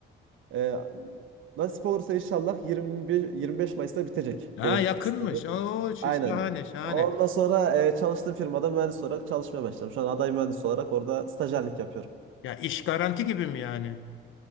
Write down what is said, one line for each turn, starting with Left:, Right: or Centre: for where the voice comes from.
Right: e, nasip olursa inşallah 21 25 Mayıs'ta bitecek
Left: Ha
Right: benim
Left: yakınmış.
Right: stajım.
Left: Oo şu-
Right: Aynen.
Left: şahane şahane.
Right: Ondan sonra e, çalıştığım firmada mühendis olarak çalışmaya başladım. Şu an aday mühendis olarak orada stajyerlik yapıyorum.
Left: Ya iş garanti gibi mi yani?